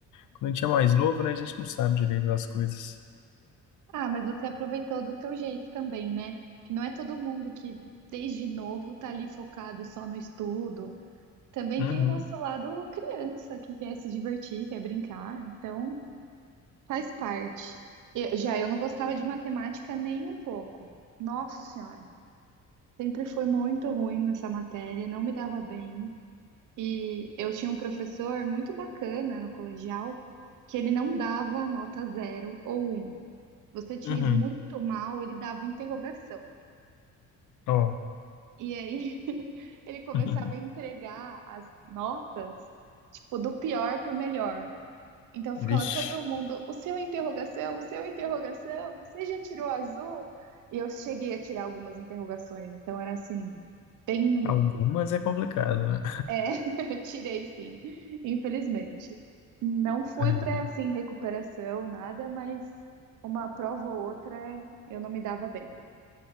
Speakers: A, on the left; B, on the right.
A: quando a gente é mais novo, né? A gente não sabe direito das coisas.
B: Ah, mas você aproveitou do seu jeito também, né? Que não é todo mundo que, desde novo, tá ali focado só no estudo. Também
A: Uhum,
B: tem o nosso lado criança, que quer se divertir, quer brincar. Então, faz parte. Eu- já eu não gostava de matemática nem um pouco. Nossa Senhora. Sempre fui muito ruim nessa matéria, não me dava bem. E eu tinha um professor muito bacana no colegial, que ele não dava nota zero ou um. Você tinha
A: uhum.
B: ido muito mal, ele dava interrogação.
A: Ó,
B: E aí <laughs> ele começava
A: <laughs>
B: a entregar as notas, tipo, do pior pro melhor. Então ficava
A: vixe.
B: todo mundo, o seu é interrogação, o seu é interrogação, você já tirou azul? E eu cheguei a tirar algumas interrogações, então era assim, bem.
A: Algumas é complicado, né?
B: É, <laughs> eu tirei sim, infelizmente. Não fui
A: Ai,
B: para assim recuperação, nada, mas uma prova ou outra eu não me dava bem.